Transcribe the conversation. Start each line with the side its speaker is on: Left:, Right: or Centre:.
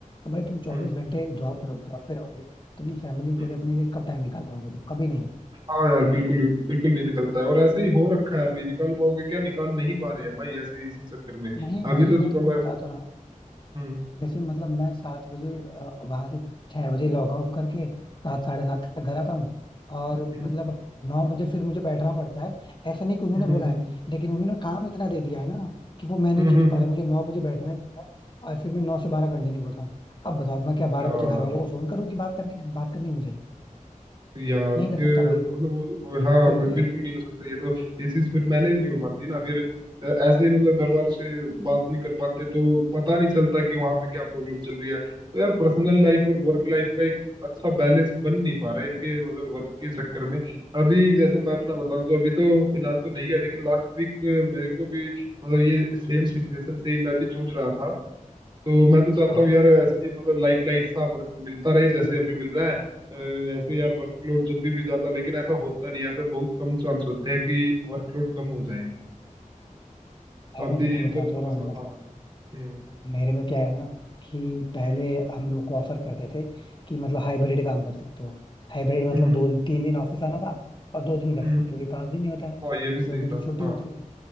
Left: अब भाई तुम चौबीस
Right: हम्म
Left: घंटे जॉब पर जॉब पे रहोगे तुमने फैमिली के
Right: हम्म।
Left: लिए अपने लिए कब टाइम निकाल पाओगे तुम कभी नहीं
Right: हाँ यार बिल्कुल बिल्कुल नहीं निकलता है और ऐसे ही हो रखा है अभी निकाल पाओगे क्या निकाल नहीं पा रहे हैं भाई ऐसे ही इसी चक्कर में अभी
Left: नहीं भाई
Right: तो
Left: मैं
Right: चलो
Left: तुमको
Right: मैं
Left: बता तो रहा हूँ
Right: हम्म
Left: जैसे मतलब मैं सात बजे वहां से छह बजे लॉग आउट करके सात साढ़े सात तक घर आता हूँ और
Right: हम्म
Left: मतलब नौ बजे फिर मुझे बैठना पड़ता है ऐसा नहीं कि उन्होंने
Right: हम्म
Left: बोला
Right: हम्म हम्म
Left: है लेकिन उन्होंने काम इतना दे दिया है ना कि वो मैनेज
Right: हम्म, हम्म,
Left: ही नहीं पा
Right: हम्म,
Left: रहा मुझे नौ बजे बैठना ही पड़ता है और फिर मैं नौ से बारह
Right: हम्म,
Left: कंटिन्यू करता हूँ अब बताओ मैं क्या
Right: यार
Left: बारह बजे घर वालों को फोन करूँ कि बात करनी बात करनी है मुझे
Right: यार
Left: नहीं कर
Right: फिर
Left: सकता भाई
Right: मतलब वो-
Left: बड़े
Right: हाँ
Left: होते
Right: वो बिल्कुल
Left: हैं
Right: नहीं हो सकता ये तो ये चीज फिर मैनेज नहीं हो पाती ना फिर अ, ऐसे ही मतलब घर वालों से बात नहीं कर पाते तो पता नहीं चलता कि वहां पे क्या प्रॉब्लम चल रही है तो यार पर्सनल लाइफ और वर्क लाइफ का एक अच्छा बैलेंस बन नहीं पा रहा है इनके मतलब वर्क के चक्कर में अभी जैसे मैं अपना बताऊं तो अभी तो फिलहाल तो नहीं है लेकिन लास्ट वीक मेरे को भी मतलब ये सेम सिचुएशन से ही मैं भी जूझ रहा था तो मैं तो चाहता
Left: हाँ
Right: हूँ यार ऐसे ही मतलब लाइट लाइट सा वर्क मिलता रहे जैसे अभी मिल रहा है अ, ऐसे यार वर्कलोड जब भी भी ज्यादा लेकिन ऐसा होता नहीं है ऐसा बहुत कम चांस होते हैं कि वर्कलोड कम हो जाए
Left: भाई
Right: अभी
Left: मैं तुमको बता
Right: तो
Left: तो
Right: थोड़ा
Left: रहा
Right: सा
Left: हूँ मतलब
Right: हाँ हम्म
Left: मेरे में क्या है ना कि पहले
Right: हम्म
Left: हम लोग को ऑफर करते थे कि मतलब हाइब्रिड काम कर सकते हो हाइब्रिड मतलब
Right: हम्म हम्म
Left: दो तीन दिन ऑफिस आना था और दो दिन घर
Right: हम्म,
Left: से क्योंकि पांच दिन ही होता है
Right: हाँ ये भी सही
Left: दो दिन
Right: था
Left: तो छुट्टी
Right: हाँ
Left: होती है